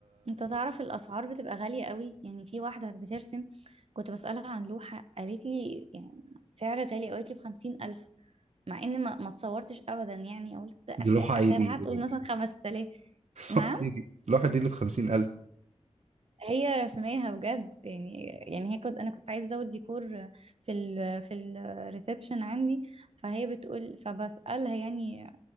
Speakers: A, on the right; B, on the right.
A: انت تعرف الاسعار بتبقى غالية قوي يعني في واحدة بترسم كنت بسألها عن لوحة قالت لي يعني سعر غالي قوي، قالت لي بخمسين الف مع ان ما, ما تصورتش ابدا يعني قلت أخ...
B: دي لوحه
A: اخرها
B: اي دي <laughs>
A: هتقول مثلا خمس تلاف نعم
B: لوحه دي دي لوحه دي اللي ب 50000
A: هي رسماها بجد يعني يعني هي كنت انا كنت عايزه ازود ديكور في ال في الريسبشن عندي فهي بتقول فبسالها يعني